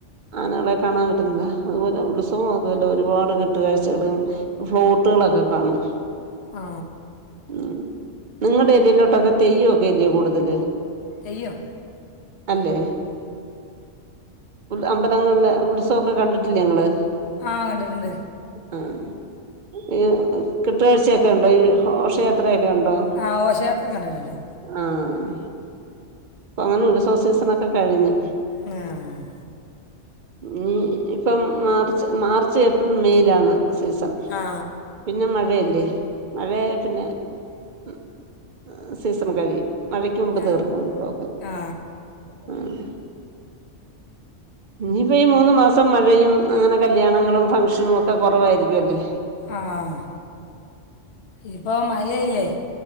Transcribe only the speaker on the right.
ആനകളെ കാണാൻ വെരുന്നതാ അതുപോലെ ഉത്സവം അതുപോലെ ഒരുപാട് കെട്ടുകാഴ്ചകളും ഫ്ലോട്ടുകളൊക്കെ കാണും
ഉം നിങ്ങടെ ഏരിയിലോട്ടൊക്കെ തെയ്യൊക്കെയല്ലേ കൂടുതല്
അല്ലേ അമ്പലങ്ങള്ലെ ഉത്സവൊക്കെ കണ്ടിട്ടില്ലേ ഇങ്ങള്
ആഹ് ഈ <unintelligible> കെട്ടുകാഴ്ചയൊക്കെയുണ്ടോ ഈ ഹോഷയാത്രയൊക്കെയുണ്ടോ
ആഹ് ഇപ്പോ അങ്ങനെ ഉത്സവ സീസണൊക്കെ കഴിഞ്ഞ്
ഉം ഇഞ്ഞ്പ്പം മാർച്ച് മാർച്ച് ഏപ്രിൽ മേയിലാണ് സീസൺ
പിന്നെ മഴയല്ലേ മഴയായ പിന്നെ ഉം ഏഹ് സീസൺ കഴിയും മഴയ്ക്ക് മുമ്പ്
തീർക്കും ഉത്സവൊക്കെ
ആഹ് ഇനിയിപ്പം ഈ മൂന്ന് മാസം മഴയും അങ്ങനെ കല്യാണങ്ങളും ഫംഗ്ഷനും ഒക്കെ കൊറവായിരിക്ക്യും അല്ലേ